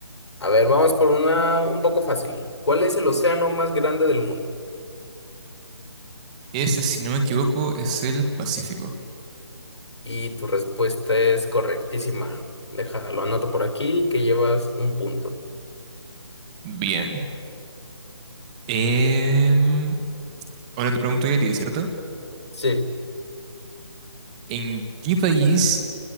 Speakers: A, on the left; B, on the right.
A: A ver, vamos por una un poco fácil. ¿Cuál es el océano más grande del mundo?
B: Ese, si no me equivoco, es el Pacífico.
A: Y tu respuesta es correctísima. Déjalo, anoto por aquí que llevas un punto.
B: Bien. Em, ahora te pregunto yo a ti, ¿cierto?
A: Sí,
B: ¿En qué país